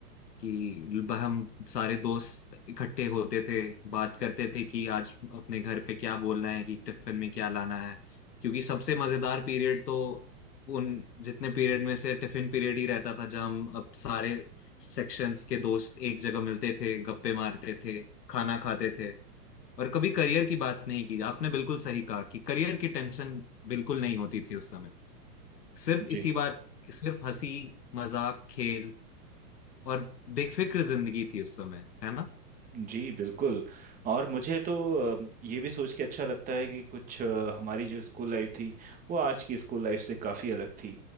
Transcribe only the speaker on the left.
कि ब- हम सारे दोस्त इकट्ठे होते थे बात करते थे कि आज अपने घर पे क्या बोलना है कि टिफिन में क्या लाना है क्योंकि सबसे मजेदार पीरियड तो उन जितने पीरियड में से टिफिन पीरियड ही रहता था जब हम अब सारे सेक्शंस के दोस्त एक जगह मिलते थे गप्पे मारते थे खाना खाते थे और कभी करियर की बात नहीं की आपने बिल्कुल सही कहा कि करियर की टेंशन बिल्कुल नहीं होती थी उस समय सिर्फ
इसी बात सिर्फ हंसी मजाक खेल और बेफिक्र जिंदगी थी उस समय है ना